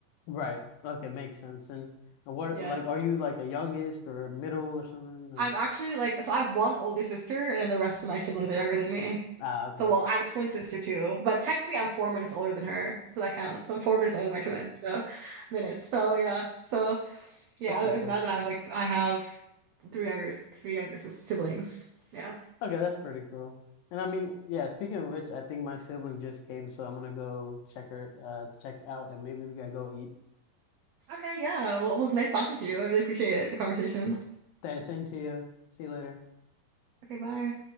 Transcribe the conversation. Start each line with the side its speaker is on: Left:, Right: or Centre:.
Left: Right. Okay. Makes sense. And what
Right: Yeah.
Left: like are you like a youngest or middle or something like?
Right: I'm actually like, so I have one older sister, and then the rest of my siblings are younger than me.
Left: Ah, okay.
Right: So, well, I have a twin sister too, but technically I'm four minutes older than her, so that counts. I'm four minutes older than my twin, so minutes. So yeah, so
Left: <laughs>
Right: yeah.
Left: That's pretty
Right: Other than
Left: cool.
Right: that, I have like I have three younger three younger sis- siblings. Yeah.
Left: Okay, that's pretty cool. And I mean, yeah, speaking of which, I think my sibling just came, so I'm gonna go check her, uh, check out, and maybe we gotta go eat.
Right: Okay. Yeah. Well, it was nice talking to you. I really appreciate it, the conversation.
Left: That same to you. See you later.
Right: Okay. Bye.